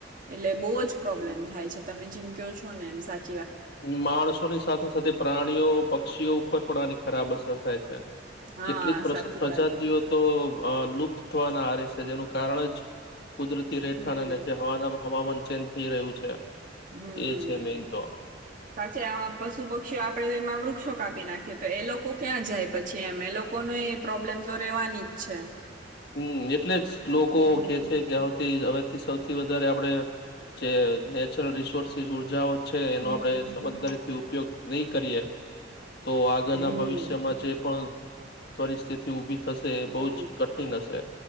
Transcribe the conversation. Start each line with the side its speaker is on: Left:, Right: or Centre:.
Right: એટલે બહુ જ પ્રોબ્લેમ થાય છે તમે જેમ કયો છો ને એમ સાચે
Left: માણસોની સાથે-સાથે પ્રાણીઓ, પક્ષીઓ, ઉપર પણ આની ખરાબ અસર થાય છે.
Right: હા
Left: કેટલીક
Right: સાચી
Left: પ્રજાતિઓ
Right: વાત છે
Left: તો અ લુપ્ત થવાના આરે છે. કે જેનું કારણ જ કુદરતી રહેેઠાણ
Right: હમ
Left: અને જે હવા હવામાન ચેન્જ થઈ રહ્યું છે.
Right: હમ
Left: એ છે મેન તો.
Right: સાચે આ પશુ પક્ષીઓ આપડે એમાં વૃક્ષો કાપી નાખીએ તો એ લોકો ક્યાં જાય પછી એમ એ લોકોને એ પ્રોબ્લેમ તો રેવાની જ છે.
Left: હમ એટલે જ લોકો
Right: હમ્મ.
Left: કે છે કે હથી હવેથી સૌ થી વધારે આપડે જે ને ચાલો રિસોર્સીંસ ઉર્જાઓ છે એનો
Right: હમ્મ
Left: આપડે સમજદારી થી ઉપયોગ નહી કરીએ. તો આગળના
Right: હમ્મ.
Left: ભવિષ્યમાં જે પણ પરિસ્થિતિ ઉભી થ થશે
Right: હમ્મ
Left: બઉ જ ક કઠિન હશે.